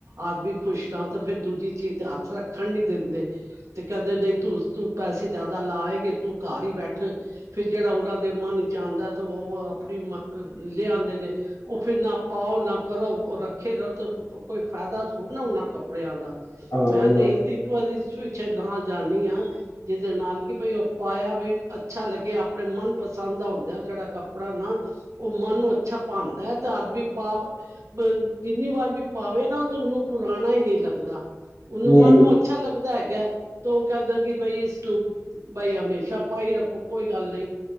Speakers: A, on the right; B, on the left.
A: ਆਦਮੀ ਖੁਸ਼ ਤਾਂ ਫਿਰ ਦੂਜੀ ਚੀਜ਼ ਤੇ ਹੱਥ ਰੱਖਣ ਲਈ ਦਿੰਦੇ ਤੇ ਕਹਿੰਦੇ, ਨਹੀਂ ਤੂੰ ਤੂੰ ਪੈਸੇ ਜ਼ਿਆਦਾ ਲਾ ਆਈ, ਏ ਤੂੰ ਘਰ ਹੀ ਬੈਠ ਫਿਰ ਜਿਹੜਾ ਉਹਨਾਂ ਦੇ ਮਨ ਚ ਆਉਂਦਾ 'ਤੇ ਉਹ ਆਪਣੀ ਲਿਆਦੇ ਨੇ ਉਹ ਫਿਰ ਨਾ ਪਾਓ ਨਾ ਕਰੋ ਉਹ ਰੱਖੇ ਰ ਕੋਈ ਫਾਇਦਾ ਥੋੜ੍ਹਾ ਨਾ ਉਹਨਾਂ ਕੱਪੜਿਆਂ ਦਾ
B: ਹਾਂ
A: ਮੈਂ
B: ਇਹ ਵੀ
A: ਤੇ
B: ਬਾਤ ਹੈ
A: ਇੱਕ ਵਾਰੀ ਥਰੀ ਅੱਛਿਆ ਨਾਲ ਜਾਂਦੀ ਹਾਂ, ਜਿਹਦੇ ਨਾਲ ਕਿ ਭਾਈ ਉਹ ਪਾਇਆ ਵੀ ਅੱਛਾ ਲੱਗੇ ਆਪਣੇ ਮਨ ਪਸੰਦ ਦਾ ਹੁੰਦਾ, ਜਿਹੜਾ ਕੱਪੜਾ ਨਾ ਉਹ ਮਨ ਨੂੰ ਅੱਛਾ ਪਾਉਂਦਾ ਹੈ 'ਤੇ ਆਦਮੀ ਪਾ ਜਿੰਨੀ ਵਾਰ ਵੀ ਪਾਵੇ ਨਾ ਤੇ ਉਹਨੂੰ ਪੁਰਾਣਾ ਹੀ ਨਹੀਂ ਲੱਗਦਾ ਉਹਨੂੰ
B: ਹੂੰ
A: ਮਨ ਨੂੰ ਅੱਛਾ ਲੱਗਦਾ ਹੈ <inaudible> ਤੇ ਉਹ ਕਹਿੰਦਾ, ਕਿ ਬਈ ਇਸਨੂੰ ਬਈ ਹਮੇਸ਼ਾ ਪਾ ਹੀ ਰੱਖੋ ਕੋਈ ਗੱਲ ਨਹੀਂ